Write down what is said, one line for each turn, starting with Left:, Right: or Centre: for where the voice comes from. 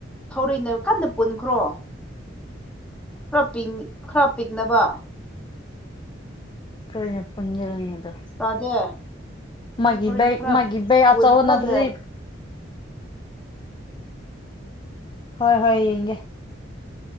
Centre: ꯊꯧꯔꯤꯅ ꯀꯟꯅ ꯄꯨꯟꯈ꯭ꯔꯣ ꯈꯔ ꯄꯤꯡ ꯈꯔ ꯄꯤꯡꯅꯕ
Left: ꯈꯔ ꯍ‌ꯦꯟ ꯄꯨꯟꯖꯟꯂꯒ‌ꯦ ꯑꯗꯣ
Centre: ꯇꯥꯗꯦ
Left: ꯃꯥꯒꯤ
Centre: ꯑꯗꯨ ꯊꯧꯔꯤꯅ
Left: ꯕꯥꯏꯀ
Centre: ꯈꯔ
Left: ꯃꯥꯒꯤ ꯕꯌꯥ
Centre: ꯄꯨꯟ
Left: ꯑꯆꯧꯕꯅꯗ꯭ꯔꯤ
Centre: ꯀꯟꯅ
Left: ꯍꯣꯏ ꯍꯣꯏ ꯌꯦꯡꯒꯦ